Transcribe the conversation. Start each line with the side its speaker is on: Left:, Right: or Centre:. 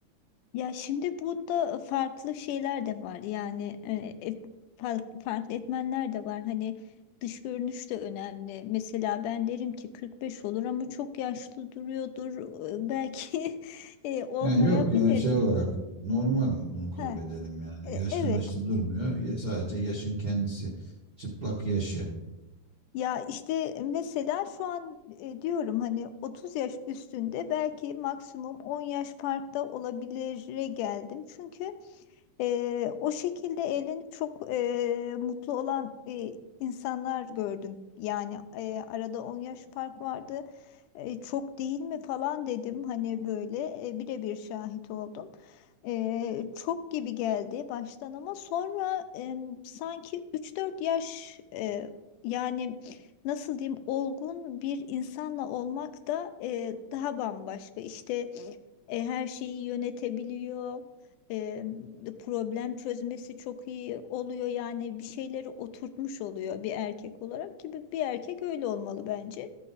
Left: Ya şimdi burada farklı şeyler de var yani e, et- fa- farklı etmenler de var hani dış görünüş de önemli mesela ben derim ki 45 olur ama çok yaşlı duruyordur E, belki <laughs> e, olmayabilir
Right: Yani yok ya şey olarak normal olduğunu kabul
Left: ha
Right: edelim yani.
Left: e,
Right: Yaşlı
Left: evet
Right: maçlı durmuyor. Ya- sadece yaşın kendisi. Çıplak yaşı.
Left: ya işte mesela şu an e, diyorum hani 30 yaş üstünde belki maksimum 10 yaş farkta olabilire geldim çünkü Eee, o şekilde evlenip çok eee, mutlu olan eee, insanlar gördüm. Yani eee, arada 10 yaş fark vardı. Eee, çok değil mi falan dedim hani böyle eee, birebir şahit oldum. Eee, çok gibi geldi baştan ama sonra em, sanki üç dört yaş eee, yani nasıl diyeyim olgun bir insanla olmak da eee, daha bambaşka. İşte e, her şeyi yönetebiliyor. E, problem çözmesi çok iyi oluyor. Yani bir şeyleri oturtmuş oluyor bir erkek olarak ki bir bir erkek öyle olmalı bence.